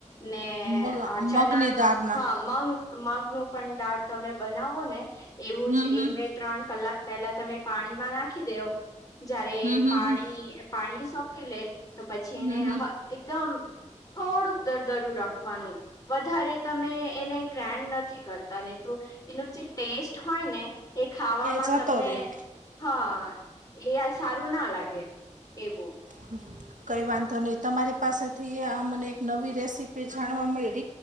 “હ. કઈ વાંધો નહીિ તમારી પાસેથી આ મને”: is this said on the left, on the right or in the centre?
Right